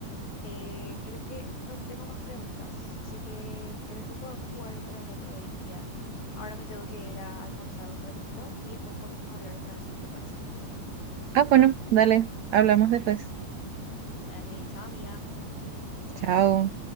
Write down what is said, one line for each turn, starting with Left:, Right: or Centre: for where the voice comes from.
Left: Eh, creo que no tengo más preguntas, así que creo que podemos jugar otra vez otro día. Ahora me tengo que ir a almorzar un ratito y después podemos hablar otra vez si te parece.
Right: Ah, bueno, dale, hablamos después.
Left: Dale, chao, amiga.
Right: Chao.